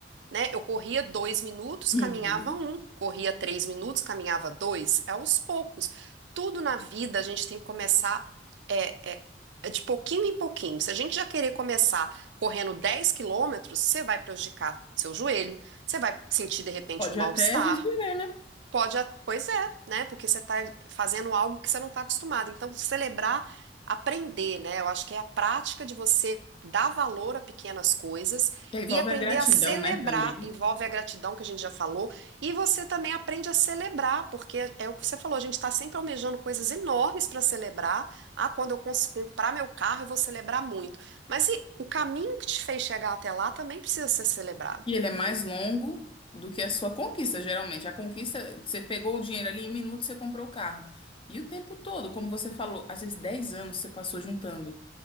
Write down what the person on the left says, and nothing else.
Uhum.
Pode
até viver, né?
É, Envolve
a gratidão,
né, também.
E ele é mais longo do que a sua conquista, geralmente. A conquista, você pegou o dinheiro ali, em minutos você comprou o carro. E o tempo todo, como você falou, às vezes 10 anos você passou juntando.